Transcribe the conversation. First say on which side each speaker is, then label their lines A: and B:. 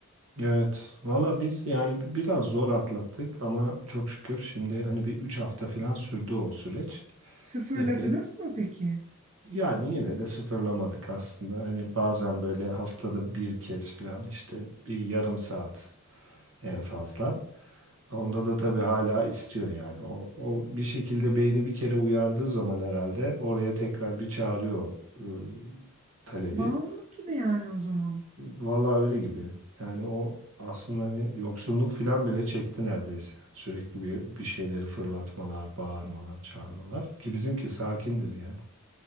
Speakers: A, on the right; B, on the right.
A: Evet. Valla biz yani biraz zor atlattık ama çok şükür şimdi hani bir 3 hafta falan sürdü o süreç.
B: Sıfırladınız
A: Epey.
B: mı peki?
A: Yani yine de sıfırlamadık aslında. Hani bazen böyle haftada bir kez falan işte bir yarım saat en fazla. Onda da tabii hala istiyor yani. O, o bir şekilde beyni bir kere uyardığı zaman herhalde oraya tekrar bir çağırıyor e, talebi.
B: Bağımlılık gibi yani o zaman.
A: Vallahi öyle gibi. Yani o aslında hani yoksunluk falan bile çekti neredeyse. Sürekli bir, bir şeyleri fırlatmalar, bağırmalar, çağırmalar. Ki bizimki sakindir yani.